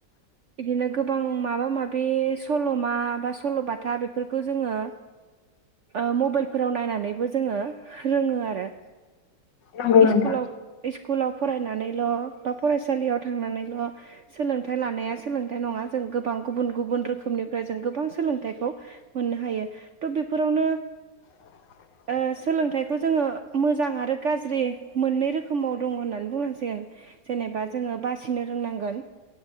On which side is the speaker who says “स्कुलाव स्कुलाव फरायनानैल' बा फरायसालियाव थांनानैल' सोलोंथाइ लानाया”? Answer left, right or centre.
Right